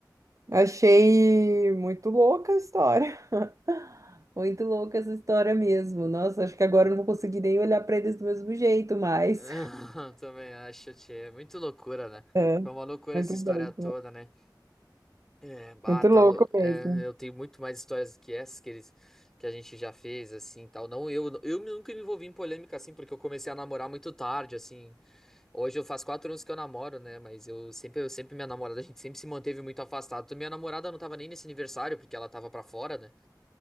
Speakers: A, on the right; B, in the centre.
A: Achei muito louca a história. <laughs> Muito louca essa história mesmo. Nossa, acho que agora eu não vou conseguir nem olhar para eles do mesmo jeito mais.
B: <laughs> Também acho, tchê. Muito loucura, né?
A: É,
B: Foi uma loucura
A: muito
B: essa história
A: bem.
B: toda, né? É, bah,
A: Muito
B: tá
A: louco
B: lou-
A: mesmo.
B: é, eu tenho muito mais histórias que essas que eles que a gente já fez, assim, tal. Não, eu, eu nunca me envolvi em polêmica, assim, porque eu comecei a namorar muito tarde, assim. Hoje eu faço quatro anos que eu namoro, né? Mas eu sempre, eu sempre, minha namorada, a gente sempre se manteve muito afastado. Minha namorada não tava nem nesse aniversário, porque ela tava pra fora, né?